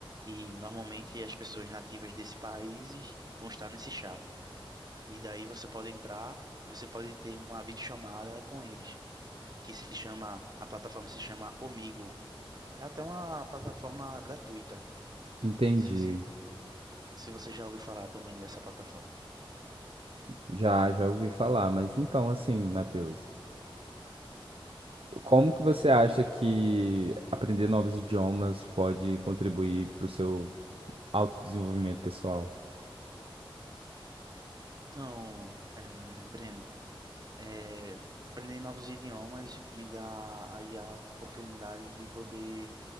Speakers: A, on the right; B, on the right.
A: E normalmente as pessoas nativas desses países vão estar nesse chat. E daí você pode entrar e você pode ter uma videochamada com eles, que se chama, a plataforma se chama Omigo. É até uma plataforma gratuita.
B: Entendi.
A: Não sei se se você já ouviu falar também dessa plataforma.
B: Já, já ouvi falar, mas então, assim, Matheus, como que você acha que aprender novos idiomas pode contribuir para o seu autodesenvolvimento pessoal?
A: Então, é, Breno, é, aprender novos idiomas me dá aí a oportunidade de poder